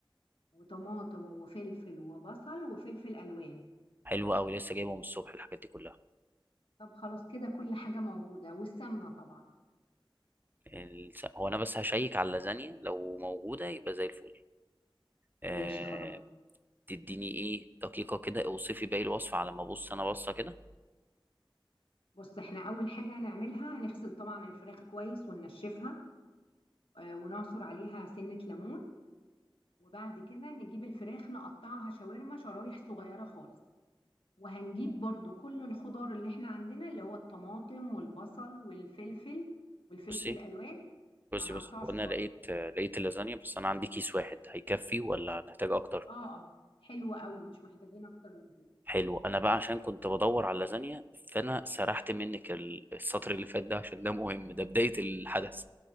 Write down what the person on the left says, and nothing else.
وطماطم وفلفل وبصل وفلفل ألوان
طب خلاص كده كل حاجة موجودة والسمنة طبعا
ماشي
خلاص
بص احنا أول حاجة هنعملها هنغسل طبعا الفراخ كويس وننشفها آه، ونعصر عليها سنة ليمون وبعد كده نجيب الفراخ نقطعها شاورما شرايح صغيرة خالص وهنجيب برضو كل الخضار اللي احنا عندنا اللي هو الطماطم والبصل والفلفل والفلفل
الألوان
هنقطعه
شرايح
اه اه حلو قوي مش محتاجين اكتر من كده